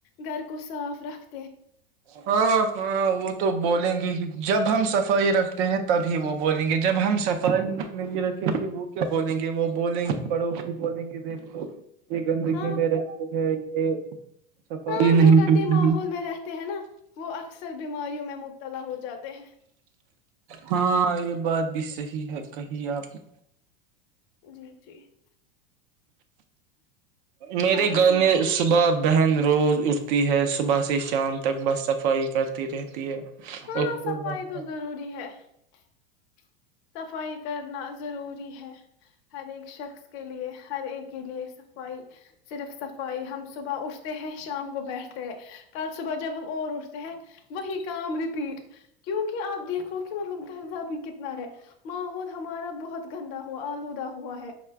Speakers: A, on the left (about 45°); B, on the right (about 60°).
A: گھر کو صاف رکھ
B: ہاں ہاں <unintelligible> وہ تو بولیں گے ہی جب ہم سے صفائی رکھتے ہیں تبھی وہ بولیں گے جب ہم صفائی میں یہ رکھیں گے وہ کیا بولیں گے وہ بولیں گے پڑوسی بولیں گے دیکھو یہ گندگی
A: ہاں
B: میں رہتے ہیں یہ صفائی
A: ہاں جو
B: نہیں
A: گندے
B: کر
A: ماحول میں رہتے ہیں نا وہ اکثر بیماریوں میں مبتلا ہو جاتے ہیں
B: ہاں یہ بات بھی صحی ہے کہی ہے آپ نے
A: جی جی <inaudible>
B: میرے
A: ہمیں اسی
B: گھر میں صبح بہن روز اٹھتی ہے صبح سے شام تک بس صفائی کر <inaudible> تی رہتی ہے <inaudible>
A: ہاں
B: اس کو
A: صفائی
B: بس
A: تو ضروری ہے <inaudible> صفائی کرنا ضروری ہے <inaudible> ہر ایک شخص کے لیے ہر ایک <inaudible> کے لیے صفائی <inaudible> صرف صفائی ہم صبح اٹھ <inaudible> تو ہے شام گو بیٹھ کل صبح جب ہم اور اٹھتے سے وہی کام رپیٹ کیونکہ آپ دیکھو کہ مطلب گھرزہ بھی کتنا ہے ماحول ہمارا بہت گندا ہوا آلودہ ہوا ہے